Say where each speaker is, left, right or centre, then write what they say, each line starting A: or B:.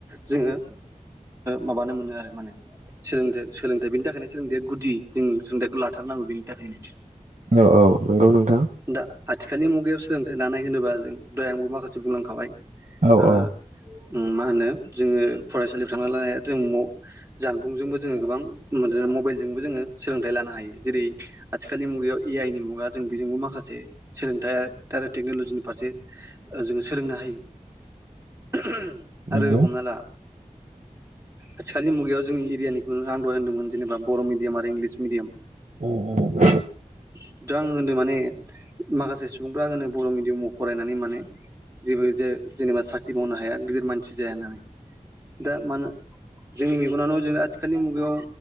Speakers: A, on the right; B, on the right.
A: जोङो माबानो मोनो आरो माने सोलोंथ सोलोंथाइ बेनि थाखायनो सोलोंथाइया गुदि जों सोलोंथाइखौ लाथारनांगौ बेनि थाखायनो
B: औ औ नंगौ नोंथां
A: दा आथिखालनि मुगायाव सोलोंथाइ लानाय होनोबा जों दहाय आंबो माखासे बुंलांखाबाय
B: औ
A: ओ
B: औ
A: मा होनो जोङो फरायसालियाव थांना लानाय जों जानबुंजोंबो जोङो गोबां मबाइलजोंबो जोङो सोलोंथाइ लानो हायो जेरै आथिखालनि मुगायाव ए आइ नि मुगा जों बेजोंबो माखासे सोलोंथाइ आरो टेक्न'ल'जिनि फारसे जोङो सोलोंनो हायो आरो
B: नंगौ
A: हमना ला इ आथिखालनि मुगायाव जोंनि एरियानिखौ आन्दल होनदोंमोन जेनेबा बर' मिडियाम आरो इंलिस मिडियाम
B: उम
A: आं होनो माने माखासे सुबुंफ्रा आं होनो बर' मिडियामाव फरायनानै माने जेबो ज जेनेबा साख्रि मावनो हाया गिदिर मानसि जाया होननानै दा मानो जोंनि मेगनानोनो जों आथिखालनि मुगायाव